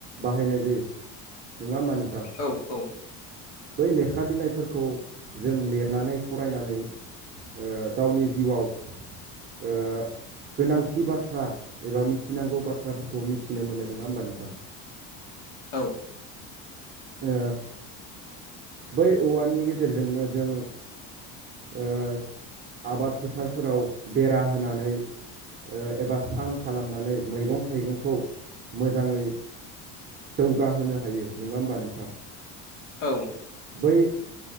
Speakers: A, on the right; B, on the left.
A: बाहायनाय जायो नोङा होमबा नोंथां?
B: औ औ
A: बै लेखा बिलाइफोरखौ जों लिरनानै फरायनानै ओ गावनि जिउआव ओ गोनांथि बाथ्रा एबा मिथिनांगौ बा बाथ्राफोरखौ मिथिनो मोनो नोङा होमबा नोंथां?
B: औ
A: ओ बै औवानि गेजेरजोंनो जों ओ आबाद फोथारफोराव बेरा होनानै ओ एबा सां खालामनानै मै जौगाहोनो हायो नङा होमबा नोंथां
B: औ
A: बै